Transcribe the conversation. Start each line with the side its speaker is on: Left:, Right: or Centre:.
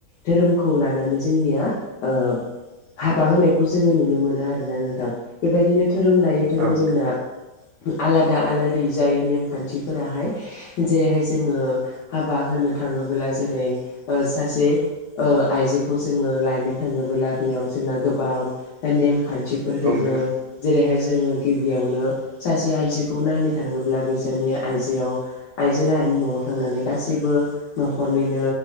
Left: धोरोमखौ लानानै जोंनिया ओ हाबा होनायखौ जोङो नुनो मोनो आरोना नोंथां बेबायदिनो धोरोम लायै धोरोम
Right: औ
Left: जोंना आलादा आलाद जायो नेमखान्थिफोराहाय जेरैहाय जोङो हाबा होनो थाङोब्ला जेरै सासे ओ आइजोखौ जोङो लायनो थाङोब बेयाव जोंना गोबां नेम खान्थि न्थिफोर
Right: नोंथां
Left: दोङो
Right: औ नोंथां
Left: जेरैहाय जोङो बियावनो सासे आइजोखौ नायनो थाङोब्ला बैसानि आइजोआव आइजो लाहानि नि न'आव थांनानै गासैबो न'खरनिनो